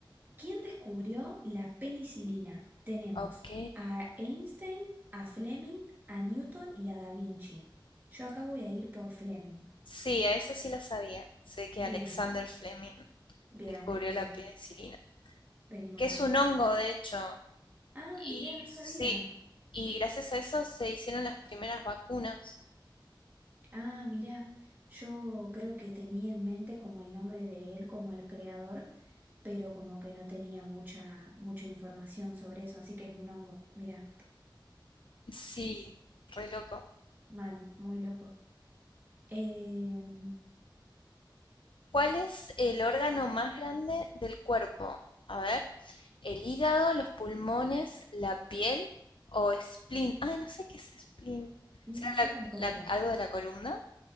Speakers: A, on the right; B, on the left.
A: ¿Quién descubrió la penicilina? Tenemos
B: ok.
A: a Einstein, a Fleming, a Newton y a Da Vinci. Yo acá voy a ir por Fleming.
B: Sí, a eso sí lo sabía. Sé que
A: Bien,
B: Alexander Fleming
A: bien,
B: descubrió
A: bien, bien.
B: la penicilina,
A: Venimos
B: que es
A: bien.
B: un hongo, de hecho.
A: Ah,
B: Y
A: mirá, no sabía.
B: sí, y gracias a eso se hicieron las primeras vacunas.
A: Ah, mirá. Yo creo que tenía en mente como el nombre de él, como el creador, pero como que no tenía mucha, mucha información sobre eso, así que es un hongo. Mirá,
B: Sí, re loco.
A: mal, muy loco. Em,
B: ¿Cuál es el órgano más grande del cuerpo? A ver, el hígado, los pulmones, la piel o spleen. Ay, no sé qué es spleen.
A: mm,
B: ¿Será la-
A: yo tampoco.
B: la- algo de la columna?